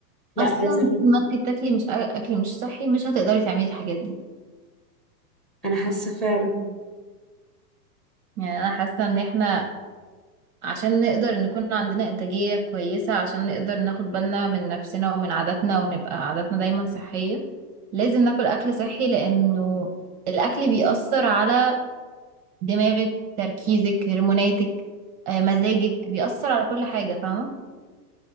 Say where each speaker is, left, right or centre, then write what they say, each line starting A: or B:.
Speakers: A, in the centre; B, on the right (about 30°).
A: لا
B: اصلا
A: لازم
B: طول ما انت بتاكلي مش أ- اكل مش صحي مش هتقدري تعملي الحاجات دي
A: انا حاسه فعلا
B: يعني انا حاسة ان احنا عشان نقدر نكون عندنا انتاجية كويسة عشان نقدر ناخد بالنا من نفسنا ومن عاداتنا ونبقى عاداتنا دايما صحية لازم ناكل اكل صحي لانه الاكل بيأثر على دماغك تركيزك هرموناتك آه، مزاجك بيأثر على كل حاجة فاهمة